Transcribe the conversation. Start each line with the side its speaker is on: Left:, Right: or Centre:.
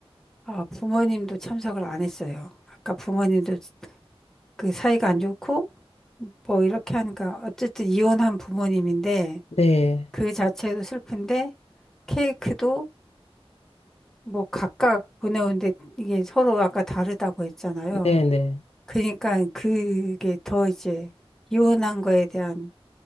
Centre: 어, 부모님도 참석을 안 했어요. 아까 부모님도 그 사이가 안 좋고, 뭐 이렇게 하니까, 어쨌든 이혼한 부모님인데,
Left: 네.
Centre: 그 자체도 슬픈데, 케이크도 뭐 각각 보내오는데, 이게 서로 아까 다르다고 했잖아요.
Left: 네, 네.
Centre: 그러니까 그게 더 이제, 이혼한 거에 대한